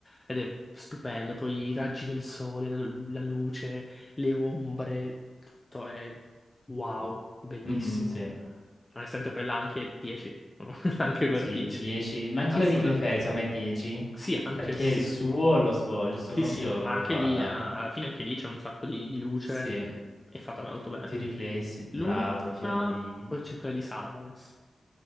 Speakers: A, on the left (about 20°); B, on the left (about 50°).
A: Ed è stupendo, poi i raggi del sole, la la luce, le ombre, tutto è wow, bellissimo
B: Mhm, sì.
A: onestamente quella anche 10, <laughs> anche quella
B: Sì,
A: 10,
B: 10, ma anche
A: assolutamente.
B: quello di Clefairy, secondo me 10,
A: Sì, anche
B: perché
A: sì,
B: il suo
A: sì,
B: lo svolge, il suo
A: sì,
B: compito
A: sì,
B: lo,
A: ma
B: lo
A: anche
B: fa,
A: lì,
B: dai.
A: eh, alla fine anche lì c'è un sacco di, di luce,
B: Sì,
A: è fatta molto bene.
B: i riflessi, il
A: L'ultima,
B: prato, i fiorellini.
A: poi c'è quella di Salamence,